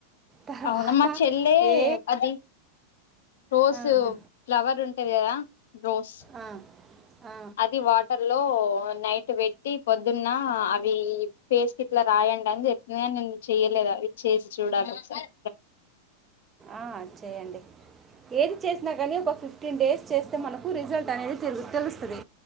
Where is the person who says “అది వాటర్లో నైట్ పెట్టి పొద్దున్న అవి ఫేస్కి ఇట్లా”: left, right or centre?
Left